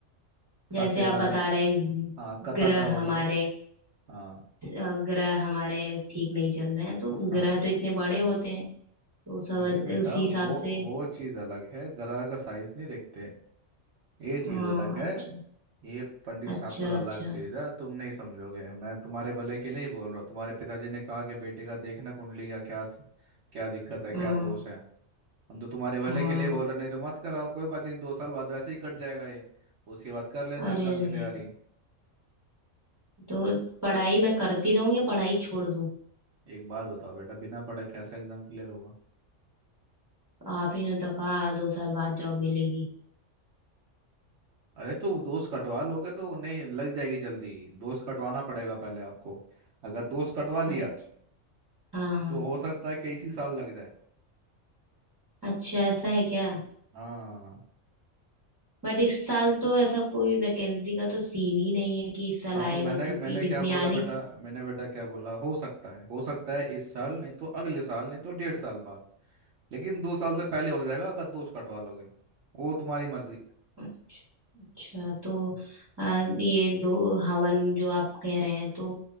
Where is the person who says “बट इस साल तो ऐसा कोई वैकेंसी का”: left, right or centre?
Right